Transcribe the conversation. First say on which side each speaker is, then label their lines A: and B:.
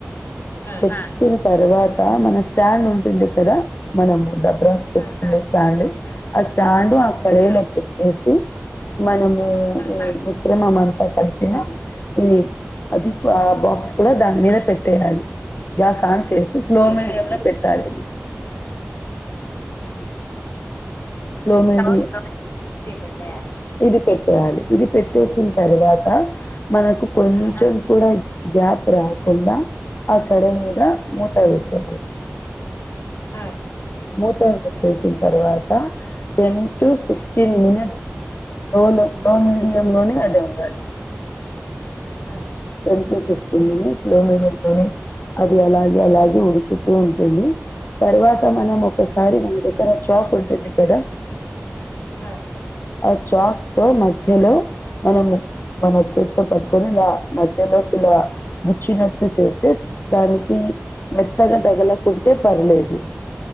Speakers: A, on the left; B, on the left.
A: ఆ
B: పెట్టిన తర్వాత మన స్టాండ్ ఉంటుంది కదా మనము డబ్బు రైస్ పెట్టుకునే
A: ఆ ఆ
B: స్టాండ్ ఆ స్టాండ్ ఆ కడాయి లో పెట్టేసి మనం మ్మ్
A: ఆ
B: ఈ మిశ్రమణం కలిపిన ఇ అది ఆ బాక్స్ కూడా దాని మీద పెట్టేయాలి గ్యాస్ ఆన్ చేసి స్లో
A: కేక్
B: మీడియం లో పెట్టాలి
A: ఆ
B: స్లో మీడియం
A: పెట్టేయాలి
B: ఇది పెట్టేయాలి
A: ఆ
B: ఇది పెట్టేసి తర్వాత మనకు కొంచెం
A: ఆ
B: కూడా గ్యాప్ రా కుండ ఆ కడాయి మీద
A: ఆ
B: మూత వేసేయాలి
A: ఆ
B: మూత వేసేసిన తరువా త టెన్ టు
A: ఆ
B: ఫిఫ్టీన్ మినిట్స్ లో లో లో మీడియం లోనే అదే ఉడుకుతాది
A: ఆ
B: టెన్ టూ ఫిఫ్టీన్ మినిట్స్ లో లో నీ అది అలా ఇది అలాగే ఉడుకుతూ ఉంటుంది తర్వాత మనం ఒకసారి మన దగ్గర చాక్ ఉంటుంది కదా
A: ఆ
B: ఆ చాక్ తో మధ్యలో మనం మన చేత్తో పట్ కొని <unintelligible> <inaudible> ముచ్చినట్టు చేస్తే దానికి మెత్తగా తగలకుంటే ప లేదు